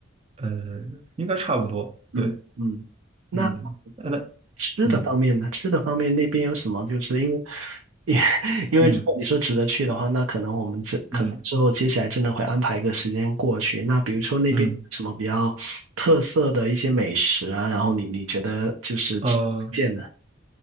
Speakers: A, on the right; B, on the right.
A: 呃，应该差不多，对。
B: 嗯嗯，那
A: 嗯，呃那
B: 吃的方面呢？
A: 嗯
B: 吃的方面那边有什么？就是因为，因 <laughs> 因为如果你说值得去的话，
A: 嗯
B: 那可能我们这可能之后接下来真的会安排一个时间过去。
A: 嗯
B: 那比如说那边有什么比较特色的一些美食啊，
A: 嗯，
B: 然后你你觉得就是值得推荐的
A: 呃，